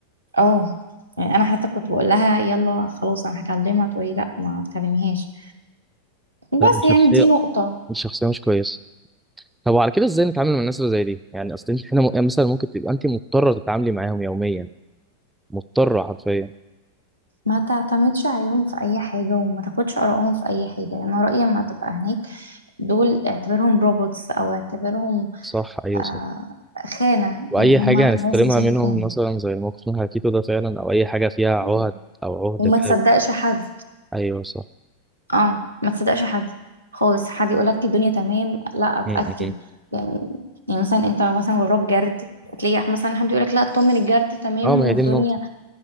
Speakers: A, on the right (about 80°); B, in the centre.
A: آه. يعني انا حتى كنت بقول لها يلا خلاص انا هكلمها تقولي لا ما تكلميهاش بس
B: لا دي شخصيه
A: يعني دي نقطة
B: دي شخصيه مش كويسه طب وعلى كده ازاي نتعامل مع الناس اللي زي دي يعني اصل انت هنا م- يعني مثلا ممكن تبقى انت مضطره تتعاملي معاهم يوميا مضطره حرفيا
A: ما تعتمدش عليهم في اي حاجة وما تاخدش آرائهم في اي حاجة يعني انا رأيي لما تبقى هناك دول اعتبرهم روبوتس او اعتبرهم
B: صح ايوه
A: آه خانة
B: واي
A: يعني هما
B: حاجه هنستلمها
A: ناس بيسدوا
B: منهم
A: خانة
B: مثلا زي الموقف من حكيته ده فعلا او اي حاجه فيها عهد
A: مم.
B: او عهده
A: وما
B: كده
A: تصدقش حد
B: ايوه صح
A: اه ما تصدقش حد خالص حد يقولك الدنيا تمام لا اتأكد
B: م- م- م.
A: يعني يعني مثلا انت مثلا وراك جرد تلاقي مثلا حد يقولك لا اطمن الجرد تمام
B: اه ما
A: والدنيا
B: هي دي النقطه